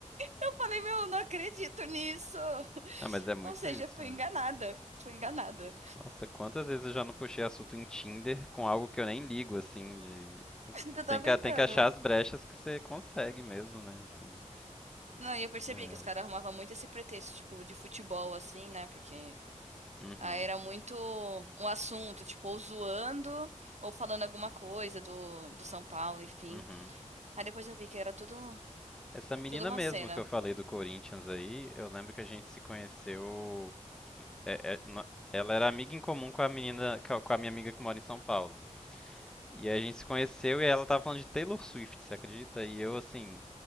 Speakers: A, on the right; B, in the centre.
A: Eu falei, meu, eu não acredito nisso.
B: ah, mas é muito
A: Ou seja,
B: isso
A: fui
B: mesmo.
A: enganada. Fui enganada.
B: Nossa, quantas vezes eu já não puxei assunto em Tinder com algo que eu nem ligo, assim, de...
A: <laughs> Você tá
B: Tem
A: brincando.
B: que, tem que achar as brechas que você consegue mesmo, né, assim.
A: Não, e eu percebi
B: É.
A: que os caras arrumavam muito esse pretexto, tipo, de futebol, assim, né? Porque
B: Uhum,
A: aí era muito um assunto, tipo, ou zoando ou falando alguma coisa do, do São Paulo, enfim.
B: uhum.
A: Aí depois eu vi que era tudo,
B: Essa menina
A: tudo uma
B: mesmo
A: cena.
B: que eu falei do Corinthians aí, eu lembro que a gente se conheceu... é- é- no- ela era amiga em comum com a menina, com a com a minha amiga que mora em São Paulo. E a gente se conheceu e ela tava falando de Taylor Swift, você acredita? E eu, assim,